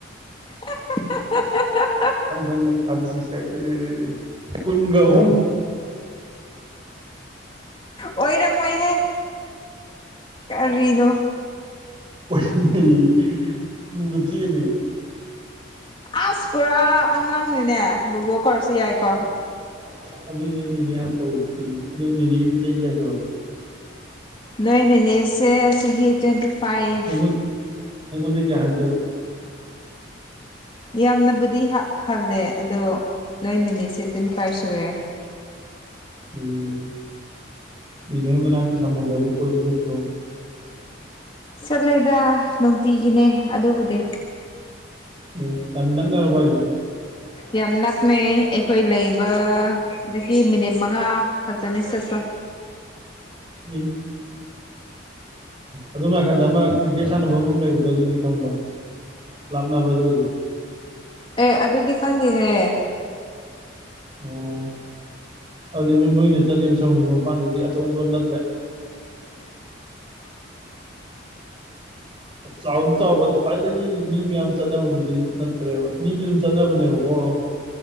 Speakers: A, on the left; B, on the right.
A: <unintelligible>
B: <unintelligible> ꯀꯨꯟꯒ ꯑꯍꯨꯝ
A: ꯑꯣꯏꯔꯝꯃꯣꯏꯍꯦ ꯀꯔꯤꯅꯣ
B: ꯑꯣꯏꯔꯝꯃꯣꯢꯑꯌꯦ ꯇꯨꯒ ꯊ꯭ꯔꯤꯒꯅꯦ
A: ꯑ꯭ꯁ ꯄꯨꯔꯥ ꯑꯉꯥꯡꯅꯤꯅꯦ ꯕꯣꯕꯣꯛ ꯀꯧꯔꯁꯨ ꯌꯥꯏꯀꯣ
B: ꯃꯥ ꯑꯗꯨꯏꯅꯦ ꯑꯩ ꯅꯤꯅꯦ ꯉꯥꯟ ꯀꯧꯔꯤꯁꯦ ꯏ ꯑꯗꯨ ꯅꯤꯅꯦꯒꯤꯗꯤ ꯆꯍꯤ ꯀꯌꯥ ꯁꯨꯔꯕ
A: ꯅꯣꯏ ꯅꯤꯅꯦꯁꯦ ꯆꯍꯤ ꯇ꯭ꯋꯦꯟꯇꯤ ꯐꯥꯏꯚ
B: ꯑꯩꯉꯣꯟ ꯑꯩꯉꯣꯟꯗꯩ ꯀꯌꯥ ꯍꯟꯒꯦꯕ
A: ꯌꯥꯝꯅꯕꯨꯗꯤ ꯍꯥ ꯍꯜꯂꯦ ꯑꯗꯣ ꯅꯣꯏ ꯅꯤꯅꯦꯁꯦ ꯇ꯭ꯋꯦꯟꯇꯤ ꯐꯥꯏꯚ ꯁꯨꯔꯦ <unintelligible>
B: ꯎꯝ ꯅꯤꯅꯦ ꯃꯅꯥꯛꯇꯤ ꯁꯃꯨꯗ꯭ꯔꯗ ꯀꯣꯏꯕ ꯆꯠꯇ꯭ꯔꯣ
A: ꯆꯠꯂꯦꯗ ꯅꯨꯡꯇꯤꯒꯤꯅꯦ ꯑꯗꯨꯕꯨꯗꯤ
B: ꯑꯝ ꯌꯥꯝ ꯅꯛꯅꯔꯕꯣ ꯍꯥꯏꯖꯦ
A: ꯌꯥꯝ ꯅꯛꯅꯩ ꯑꯩꯈꯣꯏ ꯂꯩꯕꯗꯒꯤ ꯃꯤꯅꯤꯠ ꯃꯉꯥ ꯈꯛꯇꯅꯤ ꯆꯠꯄ <inaudible>
B: ꯎꯝ ꯑꯗꯣꯝ ꯅꯥꯀꯟꯗ ꯑꯃ ꯀ꯭ꯔꯤꯀꯦꯠ ꯁꯥꯟꯅꯕꯝ ꯑꯃ ꯂꯩꯕ ꯗꯣꯗꯨꯗꯤ ꯈꯪꯕ꯭ꯔꯥ ꯂꯥꯞꯅꯕ꯭ꯔꯥ ꯑꯗꯨꯒꯗꯤ?
A: ꯑꯦ ꯑꯗꯨꯗꯤ ꯈꯪꯗꯦꯍꯦ
B: ꯑꯣ ꯑꯗꯨ ꯅꯣꯏ ꯅꯣꯏꯅ ꯆꯠꯂꯤꯕ ꯃꯄꯥꯟꯗꯗꯤ ꯑꯆꯧꯕꯗꯣ ꯅꯠꯇ꯭ꯔꯦ ꯆꯥꯎꯗꯤ ꯆꯥꯎꯕ ꯑꯗꯣ ꯈ꯭ꯋꯥꯏꯗꯒꯤ ꯃꯤ ꯃꯌꯥꯝ ꯆꯠꯅꯕꯗꯨꯗꯤ ꯅꯠꯇ꯭ꯔꯦꯕ ꯃꯤꯗꯤ ꯑꯗꯨꯝ ꯆꯠꯅꯕꯅꯦꯕꯀꯣ